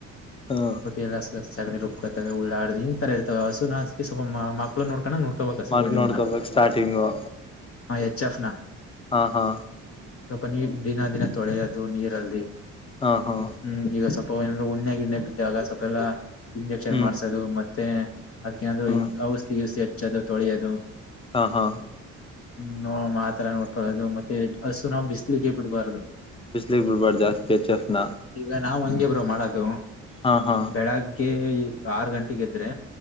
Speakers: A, on the left (about 20°); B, on the left (about 50°).
A: ಹಾಂ
B: ಎಲ್ಲ ಸಣಿ ರುಬ್ಕ ಉಳ್ಳಾ ಆಡ ಹಿ ತರ ಇರ್ತವೆ ಹಸು ಹಸಿ ಸ್ವಲ್ ಮ ನೋಡ್ಕ ನೋಡ್ಕೋಬೇಕ ಸುಣಿ
A: ಮಾರ್ಕ್ ನೋಡ್ಕೋಬೇಕು ಸ್ಟಾರ್ಟಿಂಗು
B: ಎಚ್ ಎಫ್ ನ
A: ಹಾ ಹಾ
B: ಸ್ವಲ್ಪ ನೀ ದಿನ ದಿನ ತೊಳೆಯೋದು ನೀರಲ್ಲಿ
A: ಹಾ ಹಾ
B: ಹ್ಮ್ ಈಗ ಸ್ವಲ್ಪ ಏನಾದರು ಉಣ್ಣೆ ಗಿಣ್ಣೆ ಬಿದ್ದಾಗ ಸ್ವಲ್ಪಲ್ಲಾ ಇಂಜೆಕ್ಷನ್
A: ಹ್ಮ್
B: ಮಾಡ್ಸ ಮತ್ತೆ ಅದಕೇನಾದ್ರು
A: ಹ್ಮ್
B: ಇನ್ನು ಔಷಧಿಸಿ ಹಚ್ಚದು ತೊಳೆಯದು
A: ಹಾ ಹಾ
B: ಹ್ಮ್ ನೋ ಮಾತರ ನೋಡ್ಕೊಳ್ಳೋದು ಮತ್ತೆ ಹಸು ನಾವವು ಬಿಸ್ಲಿಕ ಬಿಡ್ಬಾರ್ದು
A: ಬಿಜ್ಲಿಿಗೆ ಬಿಡ್ಬಾರಡ್ ಜಾಸ್ತಿ ಹೆಚ್ ಎಫ್ನ
B: ಈಗ ನಾವ ಹಂಗೆ ಬ್ರೋ ಮಾಡದು
A: ಹಾ ಹಾ
B: ಬೆಳಗ್ಗೆ ಆರು ಗಂಟೆಗೆ ಎದ್ರೆ